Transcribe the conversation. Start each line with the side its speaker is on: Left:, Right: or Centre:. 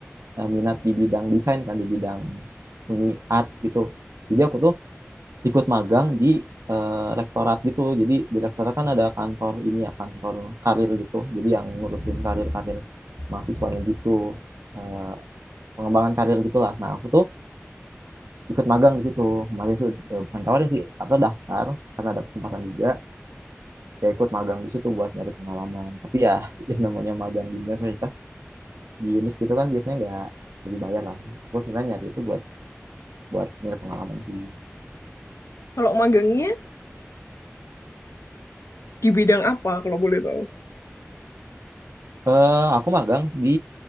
Right: eh, minat di bidang desain kan, di bidang seni arts gitu. Jadi aku tuh ikut magang di eh, rektorat gitu. Jadi di rektorat kan ada kantor ini ya, kantor karir gitu. Jadi yang ngurusin karir-karir mahasiswanya gitu, eh, pengembangan karir gitulah. Nah aku tuh ikut magang di situ. Kemarin tuh eh, bukan tawarin sih, aku daftar karena ada kesempatan juga. ya ikut magang di situ buat nyari pengalaman tapi ya <laughs> yang namanya magang di universitas di univ gitu kan biasanya nggak nggak dibayar lah gue sebenarnya nyari itu buat buat nyari pengalaman sih
Left: Kalau magangnya di bidang apa kalau boleh tahu?
Right: eh aku magang di